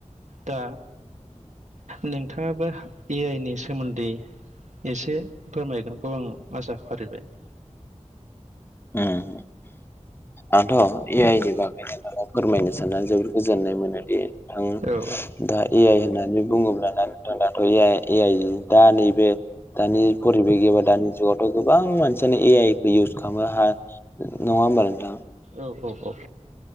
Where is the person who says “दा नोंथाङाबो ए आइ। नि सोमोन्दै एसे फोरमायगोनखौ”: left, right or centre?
Right